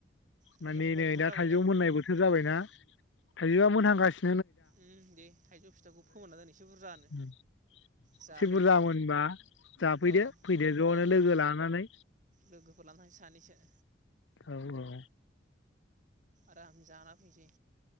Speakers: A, on the right (about 40°); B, on the left (about 80°).
A: थाइजौ
B: माने
A: खान्थाल
B: नै
A: बोथोर
B: दा
A: जाबायना
B: थाइजौ मोननाय बोथोर जाबायना
A: उम
B: थाइजौआ मोनहां गासै
A: उम दे थायजौ फिथाइखौ फोमोनना दोन इसे बुरजानो
B: एसे
A: जाहैनो
B: बुरजा मोनबा जाफैदो
A: औ
B: फैदो ज'नो
A: औ
B: लोगो
A: औ
B: लानानै
A: लोगोफोर लाना थांनोसै सानैसो।
B: औ औ।
A: आराम जाना फैनोसै।